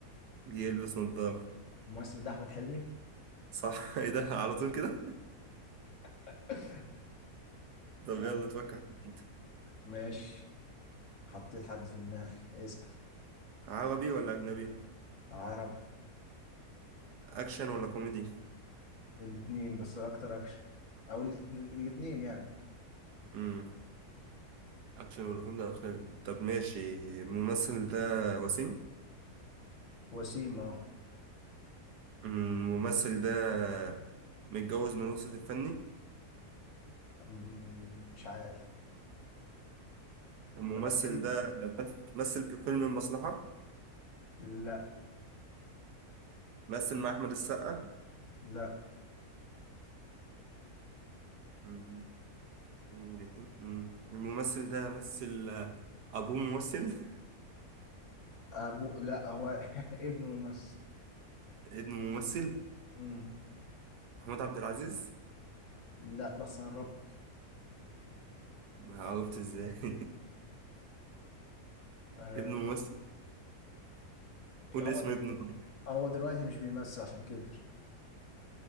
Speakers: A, on the right; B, on the left.
A: بيلبس نظارة
B: الممثل ده أحمد حلمي
A: صح <laughs> ايه ده على طول كده
B: <laughs>
A: <laughs> طب
B: طيب
A: يلا تفكر في انت
B: ماشي حطيت حد في دماغي اسأل
A: عربي ولا اجنبي
B: عربي
A: اكشن ولا كوميدي
B: الاتنين بس اكتر اكشن او الات- الاتنين يعني
A: امم اكشن ولا كوميدي أكتر. طب ماشي الممثل ده وسيم
B: وسيم اه
A: الممثل ده متجوز من وسط الفني
B: أمم، مش عارف
A: الممثل
B: ولكن
A: ده مثل في فيلم المصلحة
B: لا
A: مثل مع أحمد السقا
B: لا
A: مم. يعني الاتنين- مم. الممثل ده مثل آه، أبوه ممثل
B: ابو لا هو <laughs> ابنه ممثل
A: ابنه ممثل
B: أمم،
A: محمود عبد العزيز
B: لا بس قربت
A: ما عرفت ازاي <laughs>
B: آه،
A: ابنه ممثل قول
B: هو
A: اسم ابنه طيب.
B: هو دلوقتي مش بيمثل عشان كبر